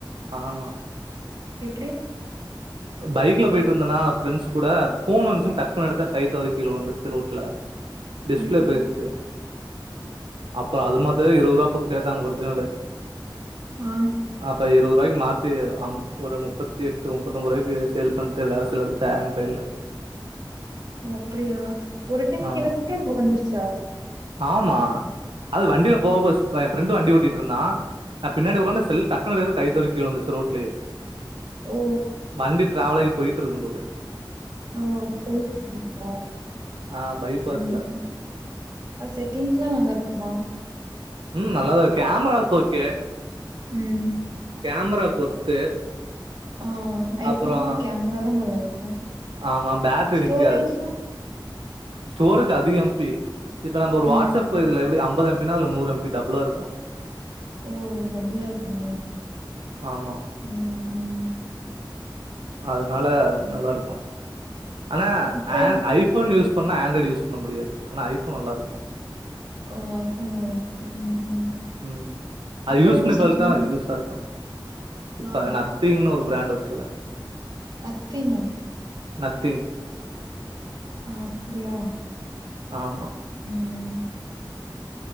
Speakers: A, on the right; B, on the right.
A: ஆமா
B: எப்படி
A: அ பைக்ல போய்ட்டு வந்தனா ப்ரெண்ட்ஸ் குட ஃபோன் வந்துச்சுன் டக்குனு எடுத்தேன் கைத்தவரி கீழ விழுந்துருச்சு ரோட்ல டிஸ்பிளே
B: ம்
A: போயிடு சேரி அப்ப அது மாத்தயே இருபது ரூபா பு கேட்டாங்க ஒரிஜினலு
B: ஆ
A: அப்ப இருபது ரூபாய்க்கு மாத்தி அம் ஒரு முப்பத்தி எட்டு ஒம் பத்தொம்பது ரூபாய்கு சேல் பண்ட்டு வேற செல் எடுத்துட்ட என்ட்ட இல்ல
B: ஓ அப்படியா ஒரு டைம்
A: ஆமா
B: கீழபோட்டே ஒடஞ்சிருச்சா
A: ஆமா அது வண்டியில போவோ ஃப்ரெண்ட் வண்டி ஓட்டிட்டு இருந்தான் நான் பின்னாடி ஒக்காண்ட செல் டக்குனு கைதவறிக் கீழ விழுந்துருச்சு ரோட்லயே
B: ஓ
A: வண்டி டிராவல் ஆகி போயிட்டு இருக்கும் போது
B: ஓ போயிட்டு இருக்கும் போதா
A: ஆ பைபாஸ்ல
B: ம் ம் அது செட்டிங் எல்லாம் நல்லா இருக்குமா
A: ம் நல்லாதான் இருக்கு கேமராக்கு ஓகே
B: ம்
A: கேமராக்கு ஒர்த்து
B: ஆ ஐஃபோன்க்கு
A: அப்புறோ
B: கேமரா தா நல்லா இருக்கும்
A: ஆமா பேட்ரி
B: ஸ்டோரேஜ்லாம்
A: நிக்காது ஸ்டோரேஜ் அதிக எம் பி இப்ப நம்ம ஒரு வாட்ஸ்அப்
B: ம்
A: இதுல எப்படி ஐம்பது எம் பினா அதுல நூற் எம் பி டபுளா இருக்கும்
B: ஓ டபுளா இருக்குமோ
A: ஆமா
B: ம் ம்
A: அதனால நல்லா இருக்கும் ஆனா
B: இப்போ
A: ஹேன்
B: என்ன
A: ஐ ஃபோன் யூஸ் பண்ணா ஆண்ட்ராய்ட் யூஸ் பண்ண முடியாது ஆனா ஐஃபோன் நல்லாயிருக்கும்
B: ஓ ஐஃபோன் நல்லாருக்கும் ம் ம்
A: ம் அது
B: இப்போ
A: யூஸ்
B: என்ன
A: பண்ணி
B: வச்சிருக்கீங்க
A: பாத்தா யூஸா இருக்கும் இப்ப
B: ஆ
A: நத் கிங்னு ஒரு பிராண்ட் வச்சிருக்கேன்
B: மத்தினா
A: நத்திங்
B: ஆ அப்படியா
A: ஆமா
B: ம்